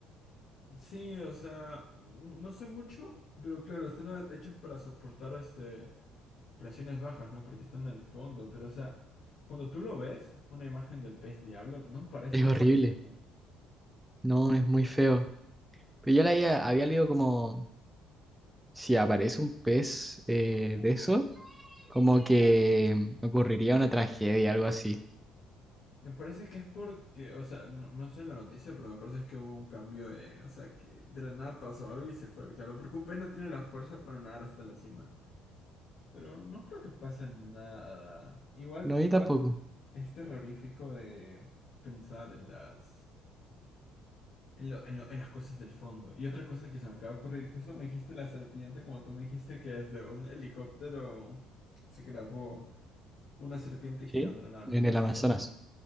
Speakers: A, on the left; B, in the centre.
A: Sí, o sea, n- no sé mucho, pero claro, están a- hechos para soportar este, presiones bajas, ¿no? Porque están en el fondo, pero o sea, cuando tú lo ves, una imagen del pez diablo, no parece
B: Es horrible.
A: este mundo.
B: No, es muy feo. Pero yo la había, había leído como si aparece un pez eh, de eso, como que ocurriría una tragedia, algo así.
A: Me parece que es porque, o sea, no, no sé la noticia, pero me parece que hubo un cambio, eh, o sea, que de la nada pasó algo y se fue, claro, porque un pez no tiene la fuerza para nadar hasta la cima. Pero no creo que pase nada. Igual
B: No, yo Igual. tampoco.
A: es terrorífico de pensar en las, en lo- en lo- en las cosas del fondo. Y otra cosa que se me acaba de ocurrir, justo me dijiste la serpiente, como tú me dijiste que desde un helicóptero se grabó una serpiente
B: Sí.
A: gigante en la
B: En
A: Amazonas.
B: el Amazonas.